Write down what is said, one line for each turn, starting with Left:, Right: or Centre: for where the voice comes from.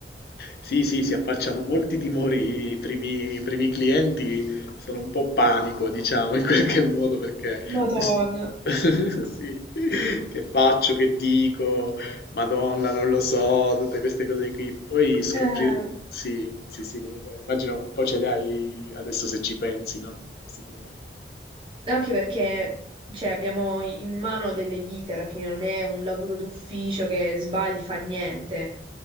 Left: Sì, sì, si affacciano molti timori i primi, i primi clienti, sono un po' panico, diciamo, in qualche <laughs> modo, perché
Right: Madonna.
Left: <laughs> sì, che faccio, che dico, Madonna, non lo so, tutte queste cose qui. Poi scoprire,
Right: Eh,
Left: sì, sì, sì, beh, immagino un po' ce le hai adesso se ci pensi, no? Questi timori.
Right: anche perché cioè, abbiamo in mano delle vite alla fine, non è un lavoro d'ufficio che sbagli fa niente,